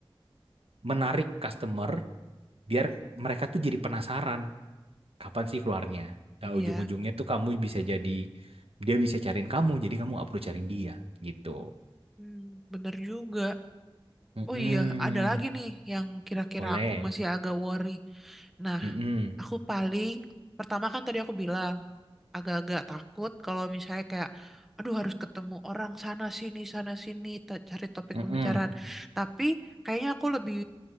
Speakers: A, on the right (about 90°); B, in the centre.
A: menarik customer biar mereka tuh jadi penasaran kapan sih keluarnya. Nah,
B: iya.
A: ujung-ujungnya tuh kamu bisa jadi dia bisa cariin kamu, jadi kamu nggak perlu cariin dia gitu.
B: Hmm, bener juga.
A: Mm-mm.
B: Oh iya, ada lagi nih yang kira-kira
A: Boleh.
B: aku masih agak worry. Nah,
A: Mm-mm.
B: aku paling pertama kan tadi aku bilang agak-agak takut kalau misalnya kayak aduh harus ketemu orang sana sini sana sini ta- cari topik
A: Mm-mm.
B: pembicaraan. Tapi kayaknya aku lebih